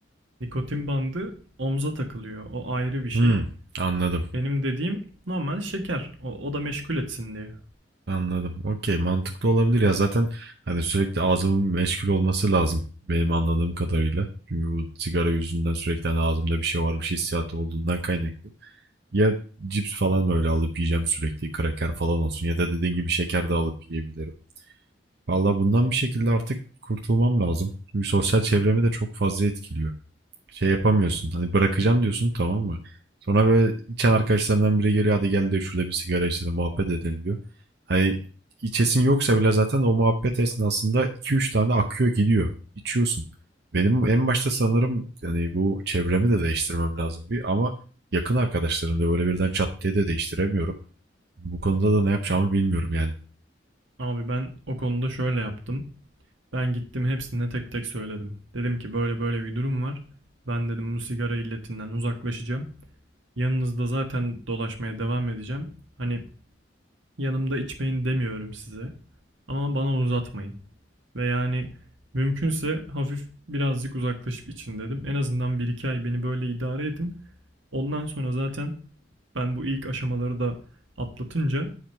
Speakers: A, on the right (about 90°); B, on the right (about 60°).
A: nikotin bandı omza takılıyor. O ayrı bir şey.
B: Hmm, anladım.
A: Benim dediğim normal şeker. O, o da meşgul etsin diye.
B: Anladım. Okey, mantıklı olabilir ya. Zaten hani sürekli ağzımın meşgul olması lazım benim anladığım kadarıyla. Çünkü bu sigara yüzünden sürekli hani ağzımda bir şey varmış hissiyatı olduğundan kaynaklı. Ya cips falan böyle alıp yiyeceğim sürekli, kraker falan olsun ya da dediğin gibi şeker de alıp yiyebilirim. Valla bundan bir şekilde artık kurtulmam lazım. Çünkü sosyal çevremi de çok fazla etkiliyor şey yapamıyorsun. Hani bırakacağım diyorsun tamam mı? Sonra böyle içen arkadaşlarından biri geliyor hadi gel de şurada bir sigara içelim muhabbet edelim diyor. Hani içesin yoksa bile zaten o muhabbet esnasında iki üç tane akıyor gidiyor. İçiyorsun. Benim en başta sanırım yani bu çevremi de değiştirmem lazım bir ama yakın arkadaşlarım da böyle birden çat diye de değiştiremiyorum. Bu konuda da ne yapacağımı bilmiyorum yani.
A: Abi ben o konuda şöyle yaptım. Ben gittim hepsine tek tek söyledim. Dedim ki böyle böyle bir durum var. Ben dedim bu sigara illetinden uzaklaşacağım. Yanınızda zaten dolaşmaya devam edeceğim. Hani yanımda içmeyin demiyorum size. Ama bana uzatmayın. Ve yani mümkünse hafif birazcık uzaklaşıp için dedim. En azından bir iki ay beni böyle idare edin. Ondan sonra zaten ben bu ilk aşamaları da atlatınca